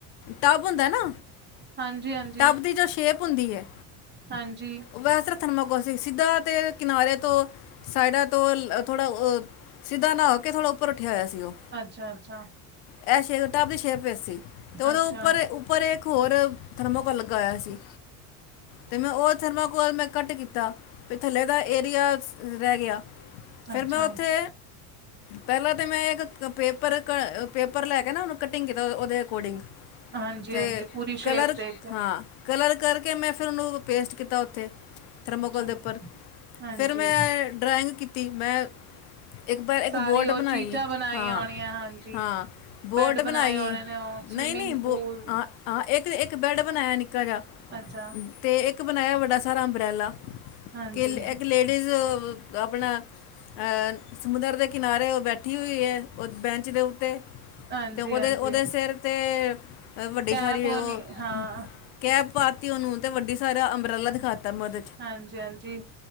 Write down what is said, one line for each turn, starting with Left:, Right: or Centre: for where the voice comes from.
Left: ਟੱਬ ਹੁੰਦਾ ਨਾ
Right: ਹਾਂਜੀ-ਹਾਂਜੀ,
Left: ਟੱਬ ਦੀ ਜੋ ਸ਼ੇਪ ਹੁੰਦੀ ਐ,
Right: ਹਾਂਜੀ
Left: ਵੈਸੇ ਥਰਮਾਕੋਸੀ ਸਿੱਧਾ 'ਤੇ ਕਿਨਾਰੇ ਤੋਂ, ਸਾਈਡਾਂ ਤੋਂ ਥੋੜਾ ਅ ਸਿੱਧਾ ਨਾਂ ਕੇ ਥੋੜਾ ਉੱਪਰ ਉੱਠਿਆ ਹੋਇਆ ਸੀ ਓ,
Right: ਅੱਛਾ-ਅੱਛਾ,
Left: ਐ ਸ਼ੇ ਟੱਬ ਦੀ ਸ਼ੇਪ ਵਿਸ ਸੀ। 'ਤੇ ਉਦੇ
Right: ਅੱਛਾ-ਅੱਛਾ,
Left: ਉੱਪਰ, ਉੱਪਰ ਇੱਕ ਹੋਰ ਥਰਮਾਕੋਲ ਲੱਗਿਆ ਹੋਇਆ ਸੀ। 'ਤੇ ਮੈਂ ਓ ਥਰਮਾਕੋਲ ਮੈਂ ਕੱਟ ਕੀਤਾ ਫੇਰ ਥੱਲੇ ਦਾ ਏਰੀਆ ਸ ਰੈ ਗਿਆ। ਫੇਰ
Right: ਅੱਛਾ
Left: ਮੈਂ ਉੱਥੇ ਪਹਿਲਾਂ 'ਤੇ ਮੈਂ ਇੱਕ ਪੇਪਰ ਕ ਪੇਪਰ ਲੈ ਕੇ ਨਾ ਉਨੂੰ ਕਟਿੰਗ ਕੀਤਾ ਉਦੇ ਅਕੋਰਡਿੰਗ।
Right: ਹਾਂਜੀ-ਹਾਂਜੀ
Left: ਤੇ
Right: ਪੂਰੀ ਸ਼ੇਪ
Left: ਕਲਰ
Right: ਦੇ
Left: ਹਾਂ ਕਲਰ ਕਰਕੇ ਮੈਂ ਫਿਰ ਉਨੂੰ ਪੇਸਟ ਕੀਤਾ ਉੱਥੇ। ਥਰਮਾਕੋਲ
Right: ਅੱਛਾ
Left: ਦੇ ਉੱਪਰ,
Right: ਹਾਂਜੀ
Left: ਫਿਰ ਮੈਂ ਡਰਾਇੰਗ ਕੀਤੀ ਮੈਂ ਇੱਕ ਵਾਰ ਇੱਕ
Right: ਸਾਰੀ
Left: ਬੋਟ
Right: ਉਹ
Left: ਬਣਾਈ
Right: ਚੀਜ਼ਾਂ ਬਣਾਈਆਂ
Left: ਹਾਂ,
Right: ਹੋਣੀਆਂ ਹਾਂਜੀ
Left: ਹਾਂ ਬੋਟ
Right: ਬੈਡ
Left: ਬਣਾਈ
Right: ਬਣਾਏ ਹੋਣੇ ਨੇ ਉਹ
Left: ਨਈ-ਨਈ
Right: ਸਵਿਮਿੰਗ
Left: ਬ
Right: ਪੂਲ
Left: ਹਾਂ, ਹਾਂ ਇੱਕ-ਇੱਕ ਬੈਡ ਬਣਾਇਆ ਨਿ ਕਰਾਂ
Right: ਅੱਛਾ
Left: 'ਤੇ ਇੱਕ ਬਣਾਇਆਂ ਵੱਡਾ ਸਾਰਾ ਅੰਮਬਰੇਲਾ,
Right: ਹਾਂਜੀ,
Left: ਕੇਲੇ ਇੱਕ ਲੇ ਡੀਜ਼ ਆਪਣਾ ਅ, ਸਮੁੰਦਰ ਦੇ ਕਿਨਾਰੇ ਓ ਬੈਠੀ ਹੋਈ ਏ, ਓ ਬੈਂਚ ਦੇ ਉਤੇ
Right: ਹਾਂਜੀ,
Left: ਤੇ ਓਦੇ-ਓਦੇ
Right: ਹਾਂਜੀ
Left: ਸੇਰ ਤੇ, ਵੱਡੀ
Right: ਕੈਪ
Left: ਸਾਰੀ
Right: ਉਹ
Left: ਓ
Right: ਨੀ ਹਾਂ
Left: ਕੈਪ ਪਾਤੀ ਓਨੂੰ ਤੇ ਵੱਡੀ ਸਾਰਾ ਅੰਬਰੇਲਾ ਦਿਖਾਤਾ ਮਦ
Right: ਹਾਂਜੀ-ਹਾਂਜੀ,